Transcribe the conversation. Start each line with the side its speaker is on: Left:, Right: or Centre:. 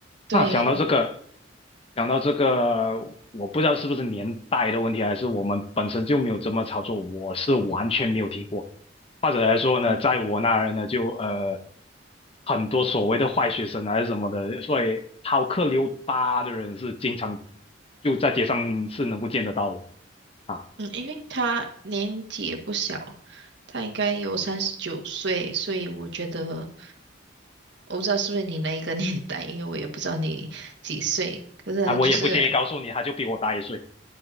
Right: 对，
Left: 那想到这个，想到这个，我不知道是不是年代的问题，还是我们本身就没有这么操作，我是完全没有听过。或者来说呢，
Right: 嗯
Left: 在我那儿呢，就呃很多所谓的坏学生啊还是什么的，所以逃课溜达的人是经常就在街上是能够见得到的啊
Right: 嗯，因为他年纪也不小，他应该有三十九岁，所以我觉得我不知道是不是你那一个 <laughs> 年代，因为我也不知道你几岁。可是他就是，
Left: 啊，我也不介意告诉你，他就比我大一岁，